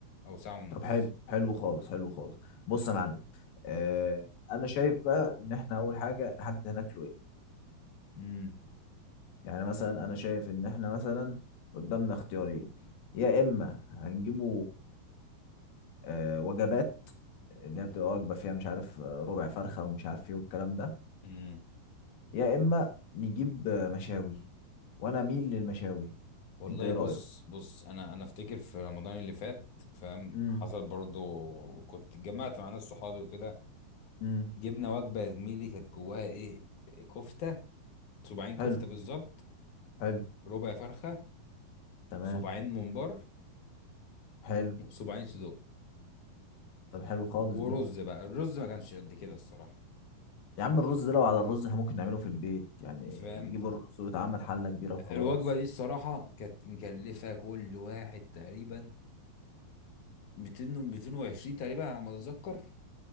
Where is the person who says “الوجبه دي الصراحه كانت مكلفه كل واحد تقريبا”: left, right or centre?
Left